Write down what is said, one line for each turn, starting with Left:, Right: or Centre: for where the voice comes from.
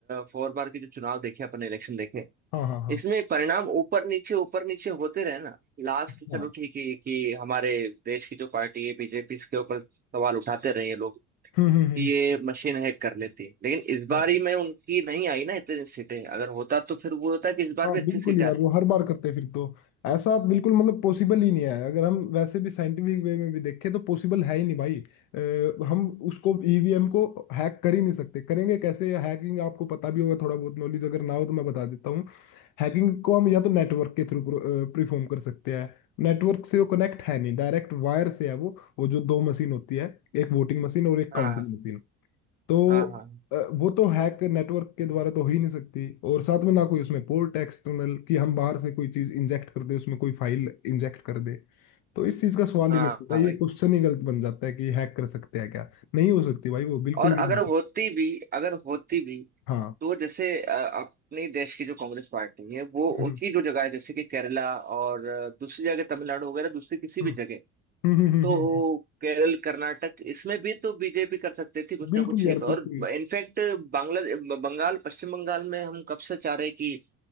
Right: फोर बार के जो चुनाव देखे अपने इलेक्शन देखे
Left: हाँ हाँ हाँ
Right: इसमें परिणाम ऊपर नीचे ऊपर नीचे होते रहे ना लास्ट
Left: हाँ
Right: चलो ठीक है कि हमारे देश की जो पार्टी है बीजेपी इसके ऊपर सवाल उठाते रहे हैं लोग
Left: हम्म हम्म हम्म
Right: कि ये मशीन हैक कर लेती है लेकिन इस बार
Left: हाँ।
Right: ही में उनकी नहीं आई ना इतनी सीटें अगर होता तो फिर वो होता कि इस बार
Left: हाँ
Right: भी अच्छी
Left: बिल्कुल
Right: सीटें
Left: यार
Right: आती
Left: वो हर बार करते हैं फिर तो ऐसा बिल्कुल मतलब पॉसिबल ही नहीं है अगर हम वैसे भी साइंटिफिक वे में भी देखें तो पॉसिबल है ही नहीं भाई अ, हम उसको ईवीएम को हैक कर ही नहीं सकते करेंगे कैसे हैकिंग आपको पता भी होगा थोड़ा बहुत नॉलेज अगर ना हो तो मैं बता देता हूँ हैकिंग को हम या तो नेटवर्क के थ्रू परफॉर्म कर सकते हैं नेटवर्क से वो कनेक्ट है नहीं डायरेक्ट वायर से है वो वो जो दो मशीन होती है एक वोटिंग मशीन और एक काउंटिंग
Right: हाँ
Left: मशीन तो
Right: हाँ हाँ
Left: अ, वो तो हैक नेटवर्क के द्वारा तो हो ही नहीं सकती और साथ में ना कोई उसमें पोर्ट एक्सटर्नल कि हम बाहर से कोई चीज इंजेक्ट कर दे उसमें कोई फाइल इंजेक्ट कर दे तो इस चीज का सवाल
Right: हाँ
Left: ही नहीं उठता
Right: हाँ
Left: ये
Right: भाई
Left: क्वेश्चन ही गलत बन जाता है कि हैक कर सकते हैं क्या नहीं हो सकती भाई वो बिल्कुल
Right: और
Left: भी
Right: अगर
Left: नहीं
Right: होती भी अगर होती भी
Left: हाँ
Right: तो जैसे अ, अपने देश की जो कांग्रेस पार्टी है वो
Left: हम्म
Right: उनकी जो जगह है जैसे कि केरला और अ, दूसरी जगह तमिलनाडु वगैरह दूसरी किसी
Left: हम्म
Right: भी जगह
Left: हम्म हम्म, हम्म,
Right: तो
Left: हम्म, हम्म,
Right: केरल कर्नाटक इसमें भी तो बीजेपी कर सकती थी कुछ
Left: बिल्कुल
Right: ना कुछ एक
Left: यार
Right: और
Left: बिल्कुल
Right: इनफैक्ट बांग्ला बंगाल पश्चिम बंगाल में हम कब से चाह रहे कि